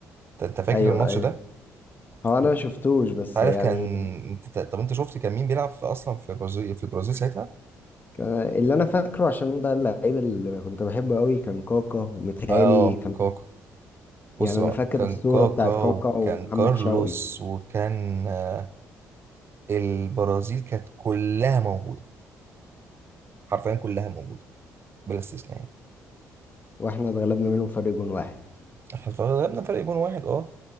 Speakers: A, on the right; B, on the left.
A: أنت أنت فاكر
B: ايوه
A: الماتش
B: ايوه
A: ده؟
B: هو انا
A: أنت
B: ما شفتوش بس
A: عارف
B: يعني
A: كان أنت... طب أنت شفت كان مين بيلعب في أصلا في البرازيل في البرازيل ساعتها؟
B: ك- اللي انا فاكره عشان ده اللعيب اللي كنت بحبه قوي كان كاكا ومتهالي
A: آه كوكا بص
B: يعني
A: بقى
B: انا فاكر
A: كان
B: الصورة
A: كاكا
B: بتاعت كاكا
A: وكان
B: ومحمد
A: كارلوس
B: شوقي
A: وكان آه، البرازيل كانت كلها موجودة حرفيا كلها موجودة بلا استثناء يعني
B: واحنا اتغلبنا منهم فرق جون واحد
A: احنا غلبنا فرق جون واحد اه